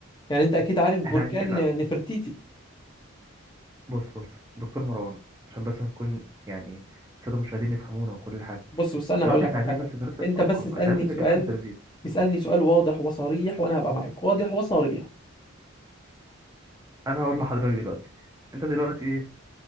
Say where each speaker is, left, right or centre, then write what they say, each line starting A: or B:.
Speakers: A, on the left; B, on the right.
A: يعني أنت أكيد عارف بركان
B: احنا هنجيلها
A: نفرتيتي
B: بص بص دكتور مروان عشان بس نكون يعني الساده المشاهدين يفهمونا وكل حاجه
A: بص بص أنا
B: دلوقتي
A: هقول لك
B: احنا
A: على
B: عايزين
A: حاجة
B: بس نرتب
A: أنت
B: افكارنا
A: بس اسألني
B: احنا لازم
A: سؤال
B: نتكلم عن الزلازل
A: اسألني سؤال واضح وصريح وأنا هبقى معاك واضح وصريح
B: انا هقول لحضرتك دلوقتي انت دلوقتي